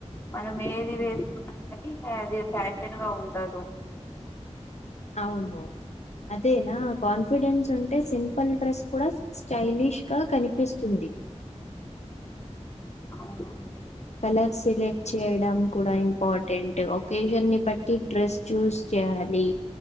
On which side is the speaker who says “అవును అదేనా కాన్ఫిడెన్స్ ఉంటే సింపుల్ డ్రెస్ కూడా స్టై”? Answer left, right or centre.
Left